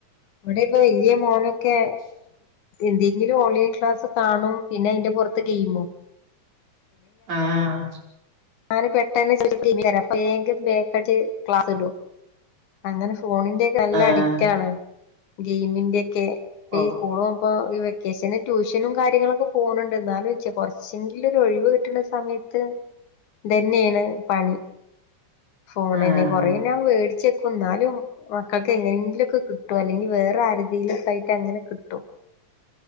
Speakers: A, on the left; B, on the right.
A: അവിടെ ഇപ്പൊ വലിയ മോനൊക്കെ ഇന്റി ഓൺലൈ ക്ലാസ്ണും പിന്നെ അയിൻ്റെ പൊറത്ത് ഗെയിമും.
B: ആഹ.
A: ഞാന് പെട്ടന്നെ <unintelligible> ബേക് ബേക്കക്കി ക്ലാസ് ഇടും. അങ്ങനെ ഫോണിന്റെ ഒക്കെ നല്ല
B: ആഹ്
A: അഡിക്റ്റ ആാണ് ഗെയിമിന്റെൊക്കെ
B: ഓ
A: ഇഈകൂളും. ഇപ്പൊ ഈ വെക്കേഷന് ട്യൂഷനും കാര്യങ്ങളൊക്കെ പോകുന്നുണ്ട് എന്നാലും വെച്ചാ കുറച്ചെങ്കിലും ഒരു ഒഴിവ് കിട്ട്ണ സമയത്ത്. തന്നെയാണ് പണി ഫോണന്നെ
B: ആഹ്
A: കൊറേ ഞാൻ വേടിച്ചെക്കും ന്നാലും. മക്കൾക്ക് എങ്ങനെങ്കിലുക്കെ കിട്ടും അല്ലെങ്കി വേറെ ആരതെ ലുംക്കെ ആയിട്ട് അങ്ങനെ കിട്ടും.